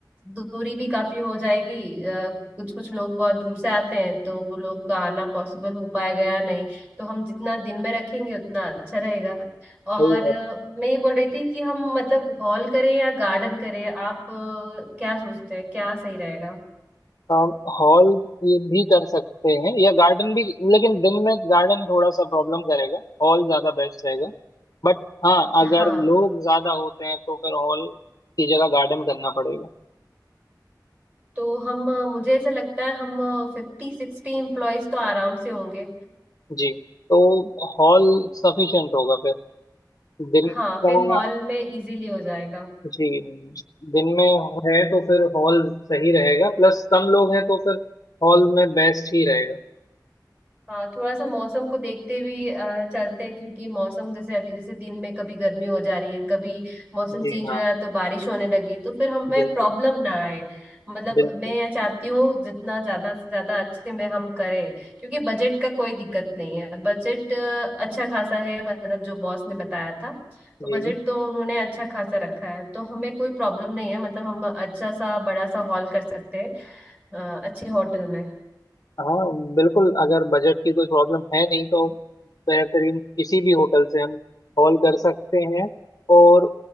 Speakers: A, on the right; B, on the left.
A: दूरी भी काफी हो जाएगी कुछ कुछ लोग बहुत दूर से आते हैं तो वो लोग का आना पॉसिबल हो पाएगा या नहीं तो हम जितना दिन में रखेंगे उतना अच्छा रहेगा और
B: सही बात
A: अ, मैं ये बोल रही थी कि हम मतलब हॉल करें या गार्डन करें आप अ, क्या सोचते हैं क्या सही रहेगा
B: हम हॉल ये भी कर सकते हैं या गार्डन भी लेकिन दिन में गार्डन थोड़ा सा प्रॉब्लम करेगा हॉल ज्यादा बेस्ट रहेगा बट हाँ अगर
A: हाँ
B: लोग ज्यादा होते हैं तो फिर हॉल की जगह गार्डन करना पड़ेगा
A: तो हम अ, मुझे ऐसा लगता है हम फिफ्टी सिक्सटी एम्प्लॉयज तो आराम से होंगे
B: जी तो हॉल सफिशिएंट होगा फिर दिन
A: हाँ फिर
B: का
A: हॉल में इजीली हो जाएगा
B: जी दिन में है तो फिर हॉल सही रहेगा प्लस कम लोग हैं तो फिर हॉल में बेस्ट ही रहेगा
A: हाँ थोड़ा सा मौसम को देखते भी अ, चलते हैं क्योंकि मौसम जैसे अभी जैसे दिन में कभी गर्मी हो जा रही है कभी मौसम
B: जी
A: चेंज
B: हाँ
A: हो रहा है तो बारिश होने लगी तो फिर हमें
B: बिल्कुल
A: प्रॉब्लम ना आए मतलब
B: बिल्कुल
A: मैं यह चाहती हूँ जितना ज्यादा से ज्यादा अच्छे में हम करें क्योंकि बजट का कोई दिक्कत नहीं है बजट अच्छा खासा है मतलब जो बॉस ने बताया था तो
B: जी
A: बजट तो उन्होंने अच्छा खासा रखा है तो हमें कोई प्रॉब्लम नहीं है मतलब हम अच्छा सा बड़ा सा हॉल कर सकते हैं अ, अच्छे होटल में
B: हाँ बिल्कुल अगर बजट की कोई प्रॉब्लम है नहीं तो बेहतरीन किसी भी होटल से हम कॉल कर सकते हैं और